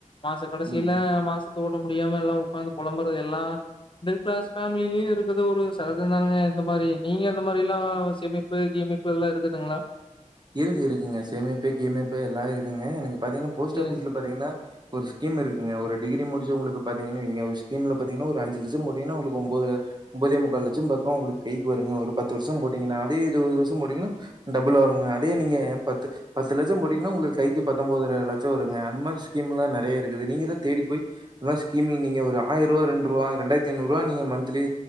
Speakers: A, on the left; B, on the right.
A: மாச கடைசியில
B: ம்.
A: மாசத்த ஓட் முடியாம எல்லாம் உட்காந்து புலம்பறது எல்லாம் மிடில் கிளாஸ் ஃபேமிலிலையும் இருக் இருக்கது ஒரு சகஜதானங்க இந்த மாதிரி நீங்க அந்த மாதிரி எல்லாம் சேமிப்பு கீமிப்பு எல்லாம் இருக்குதுங்களா
B: இருக்கு இருக்குங்க சேமிப்பே கீமிப்பே எல்லாம் இருக்குங்க எனக்கு பாத்தீன்னா போஸ்ட்
A: சேரி
B: ஆபீஸ்ல பாத்தீங்கன்னா ஒரு ஸ்கீம் இருக்குங்க ஒரு டிகிரி முடிச்சவுங்க அது பாத்திங்கனு வைங்க ஒரு ஸ்கீம்ல பாதிங்கன்னா ஒரு அஞ்சு லச்சம் போட்டிங்கனா உங்களுக்கு ஒன்பது ஒன்பதே முக்கால் லச்சம் பக்கம் உங்களுக் கைக்கு வருங்க ஒரு பத்து வருஷம் போட்டிங்கனா அதே இருபது வருஷம் போட்டிங்கனா டபுள் ஆகுங்க நீங்க பத்து லட்சம் போட்டிங்கண்ணா உங்களுக்கு கைக்கு பத்தோன்பதரை லட்சம் வருங்க அது மாதிரி ஸ்கீம் எல்லாம் நிறைய இருக்குநீங்க தான் தேடி போயிஆயிர ரூபா இரண்டுறுவா இரண்டாயரத்துஐநூறு ரூபா மந்திலி